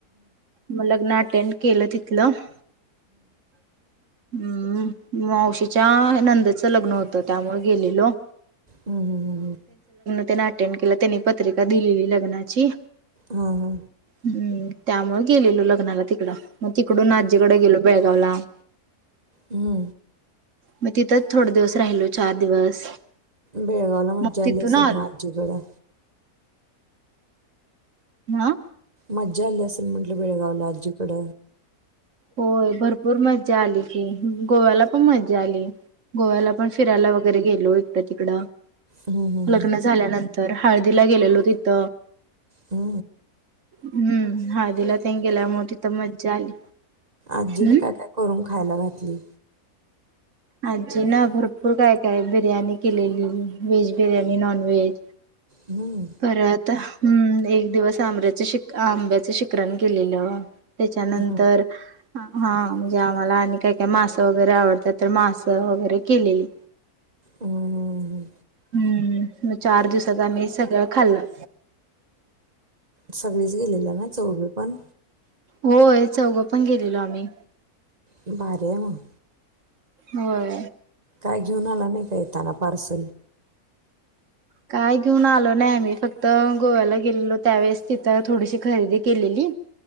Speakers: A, on the right; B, on the right.
A: मलग्न नाट अटेंड केलं तिथलं. हुम मावशीच्या नंदेचं लग्न होतं, त्यामुळे गेलेलो.
B: हम्म, हम्म, हम्म.
A: त्यांनं अटेंनं केला, त्यांनी पत्रिका दिलेली लग्नाची.
B: हा हा
A: हूं त्यामुळ. गेलेलो लग्नाला तिकडं. मग तिकडून आजीकडे गेलो, बेळगाव ला. <inaudible>
B: हू
A: मग तिथंच थोड दिवस राहिलो चार दिवस
B: बेळगाला मज्जा
A: मग तिथून
B: आली आसल
A: आलो
B: म आजीकडं
A: न्हा
B: मज्जा आली आसल म्हटलं, बेळगावला आजीकड
A: होय भरपूर मज्जा आली की, गोव्याला पण मज्जा आली. गोव्याला पण फिरायला वगैरे गेल लो इकड तिकड
B: हम्म हम्म,
A: लग्न झाल्यानंतर. हळदीला गेलेलो तिथ.
B: हू!
A: हू! हळदीला तेन गेल्यामुळ, तिथं मज्जा आली.
B: आजीन
A: हम्म
B: काय, काय, करून खायाला घातली?
A: आजीन भरपूर काय काय बिर्याणी केलेली, व्हेज बिर्याणी, नॉन व्हेज.
B: हम्म
A: बरं आता. हू एक दिवस आमर्याच शिक, आंब्याच शिकरण, केलेलं. तेच्यानंतर.
B: हम्म
A: हा म्हणजे आम्हाला आणि काय, काय, मासं वगैरे आवडत्यात तर मास, वगैरे केलेली.
B: हू, हू, हू!
A: हम्म म चार दिवसात आम्ही सगळं खाल्लं.
B: सगळीच गेलेलाना चौघपण.
A: होय चौघं पण गेलेलो आम्ही,
B: भारी हाय म!
A: होय.
B: काय घेऊन आला नाही. काय येताना पार्सल
A: काय घेऊन आलो नाही, आम्ही फक्त गोव्याला गेलेलो त्यावेेळेस तिथं थोडीशी खरेदी केलेली.